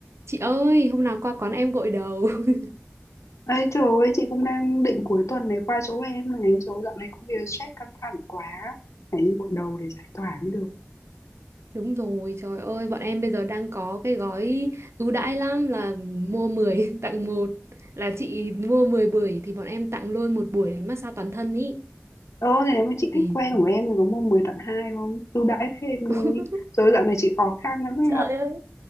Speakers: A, on the right; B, on the left.
A: Chị ơi, hôm nào qua quán em gội đầu. <laughs>
B: ấy trời ơi, chị cũng đang định cuối tuần này qua chỗ em này, chỗ dạo này công việc stress căng thẳng quá, phải đi gội đầu để giải tỏa mới được.
A: Đúng rồi, trời ơi, bọn em bây giờ đang có cái gói ưu đãi lắm là mua 10 <laughs> tặng một. Là chị mua 10 buổi thì bọn em tặng luôn một buổi massage toàn thân ý.
B: Ờ, thế nếu mà chị khách
A: Thì
B: quen của em thì có mua 10 tặng 2 không? Ưu đãi thêm đi,
A: <laughs>
B: rồi dạo này chị khó khăn lắm em
A: Trời
B: ạ.
A: ơi.